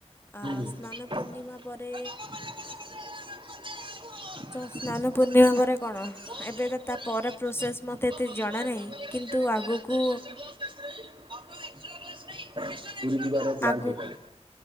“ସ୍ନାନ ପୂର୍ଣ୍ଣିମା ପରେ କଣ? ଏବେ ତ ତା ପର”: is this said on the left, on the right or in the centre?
Left